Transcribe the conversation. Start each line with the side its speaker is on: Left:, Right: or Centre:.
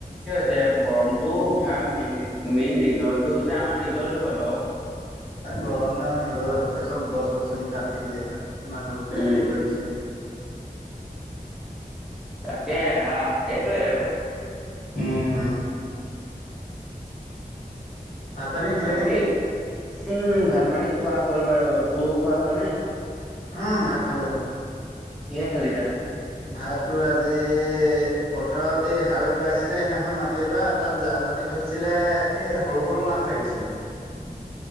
Centre: গৰমতটো উঠাৰ মেইন মেইন ৰিজন টো হৈছে আমাৰ নিজৰ জগত বাৰু।
Left: গৰমে আৰু নিজৰাজহতে চব গছ গছনি কাটি মানুহোকে
Centre: উম
Left: হেৰি কৰি দিছে।
Centre: তাকে এৰা সেইটয়ে আৰু।
Left: উম, ভাত পানী খালি
Centre: বাকী
Left: নেকি?
Centre: উম, ভাত পানী খোৱা হ'ল বাৰু তোৰ খোৱা হ'ল নে?
Left: উম, ভাত খালোঁ।
Centre: কিহে খালি তই?
Left: ভাত তোৰ আজি পথাৰত এই হাল বাইছিলে সেইদিনাখন মাটি এডৰাত, তাত জাল পাতি থৈছিলে এ সৰু সৰু মাছ লাগিছিলে,
Centre: <inaudible>